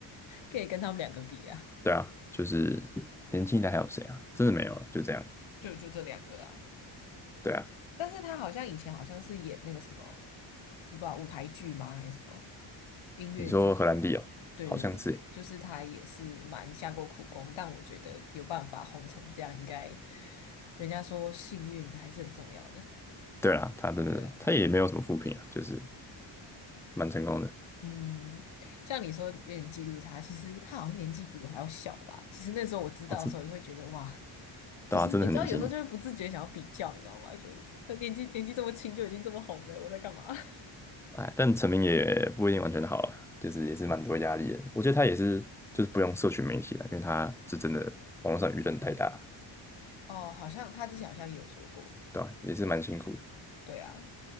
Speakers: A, on the left; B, in the centre.
A: 可以跟他们两个比啊，
B: 对啊，就是年轻一代还有谁啊？真的没有了，就这样。
A: 就就这两个啊。
B: 对啊，
A: 但是他好像以前好像是演那个什么，我不知道舞台剧吗还是什么音乐剧？
B: 你说荷兰弟哦，
A: 对对对对，
B: 好像是。
A: 就是他也是蛮下过苦功，但我觉得有办法红成这样，应该人家说幸运还是很重要的。
B: 对啦，他真的他也没有什么负评啊，
A: 对啊，
B: 就是蛮成功的。
A: 嗯，像你说有点嫉妒他，其实他好像年纪比我还要小吧。其实那时候我知道的时候，
B: 哦，真
A: 也会觉得哇，
B: 对啊，
A: 就是你知道有时候就会不自觉想要比较，
B: 真的很年轻。
A: 你知道吗？觉得他年纪年纪这么轻就已经这么红了，我在干嘛？<laughs>
B: 哎，但成名也不一定完全的好啊，就是也是蛮多压力的。我觉得他也是就是不用社群媒体了，因为他这真的网络上舆论太大了，
A: 哦，好像他之前好像也有说过。
B: 对吧、也是蛮辛苦的。
A: 对对啊，